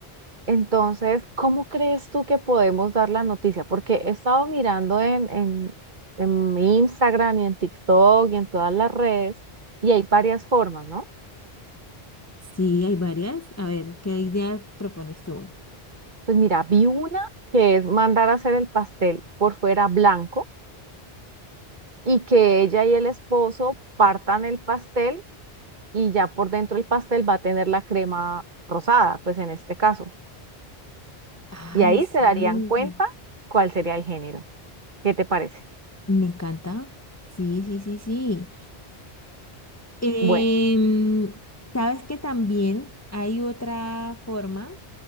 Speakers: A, on the right; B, on the left.
A: entonces, ¿cómo crees tú que podemos dar la noticia? Porque he estado mirando en, en, en mi Instagram y en TikTok y en todas las redes y hay varias formas, ¿no?
B: Sí, hay varias. A ver, ¿qué idea propones tú?
A: Pues mira, vi una que es mandar a hacer el pastel por fuera blanco y que ella y el esposo partan el pastel y ya por dentro el pastel va a tener la crema rosada, pues en este caso.
B: Ay,
A: Y ahí
B: sí,
A: se darían cuenta cuál sería el género. ¿Qué te parece?
B: me encanta. Sí, sí, sí, sí. Em,
A: Bueno,
B: sabes que también hay otra forma.